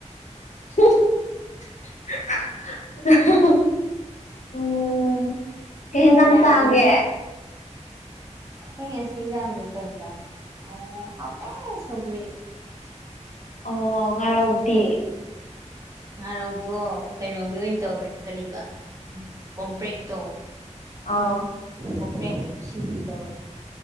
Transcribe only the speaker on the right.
ꯌꯥ
<unintelligible> ꯅꯦ ꯑꯩꯈꯣꯏ ꯉꯁꯤ ꯏꯟꯖꯥꯡꯗꯣ ꯀꯩꯅꯣ ꯑꯣ ꯍꯥꯎꯇꯦ ꯁꯧꯒ꯭ꯔꯤ
ꯁꯧꯒ꯭ꯔꯤ ꯉꯥꯔꯧꯗꯣ ꯀꯩꯅꯣꯒꯤ ꯑꯣꯏꯟ ꯇꯧꯔꯦ ꯀꯔꯤꯕ ꯀꯣꯝꯄ꯭ꯔꯦꯛꯇꯣ
ꯀꯣꯝꯄ꯭ꯔꯦꯛꯇꯣ ꯁꯤꯡꯖꯨ ꯇꯧꯋꯦ